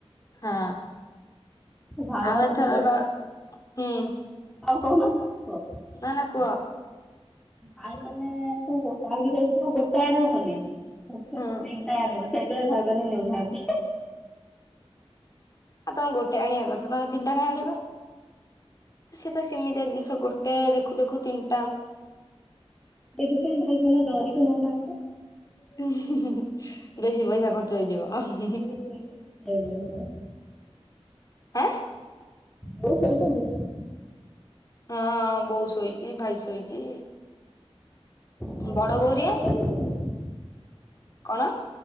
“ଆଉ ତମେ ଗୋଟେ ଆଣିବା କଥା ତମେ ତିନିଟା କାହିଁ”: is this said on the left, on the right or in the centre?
Left